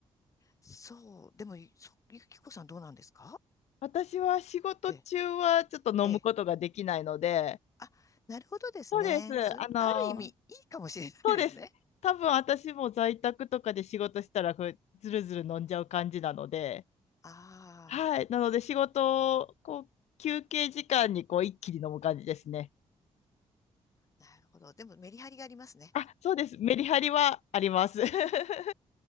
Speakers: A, on the left; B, on the left.
A: そう。でも、そゆきこさんどうなんですか
B: 私は仕事中はちょっと飲むことができないので、
A: ええ、ええ。あ、なるほどですね。
B: そうです。
A: それ、
B: あの、
A: ある意味、いいかもしれないですね。
B: そうです。多分私も在宅とかで仕事したらふずるずる飲んじゃう感じなので、
A: あ
B: はい。なので仕事をこう休憩時間にこう一気に飲む感じですね。
A: あ、なるほど。でも、メリハリがありますね。
B: あ、そうです。メリハリはあります。<laughs>